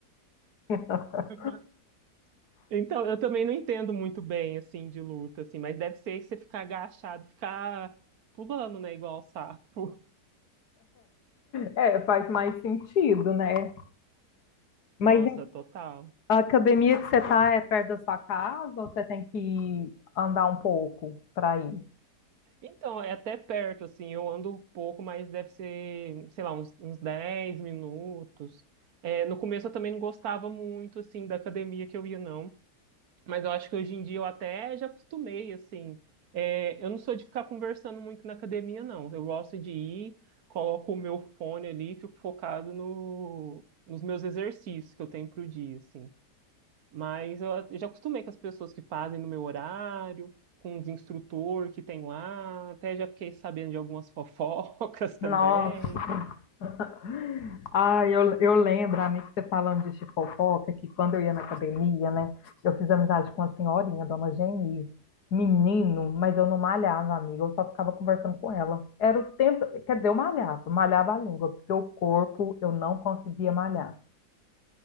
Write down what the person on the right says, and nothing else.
<laughs> Então, eu também não entendo muito bem, assim, de luta, assim, mas deve ser você ficar agachado, ficar pulando, né, igual sapo.
<laughs>
Nossa, total.
Então, é até perto, assim, eu ando um pouco, mas deve ser, sei lá, uns, uns 10 minutos. É, no começo eu também não gostava muito, assim, da academia que eu ia, não. Mas eu acho que hoje em dia eu até já acostumei, assim. É, eu não sou de ficar conversando muito na academia, não. Eu gosto de ir, coloco o meu fone ali e fico focado no, nos meus exercícios que eu tenho pro dia, assim. Mas eu, eu já acostumei com as pessoas que fazem no meu horário, com os instrutores que tem lá. Até já fiquei sabendo de algumas fofocas <laughs> também.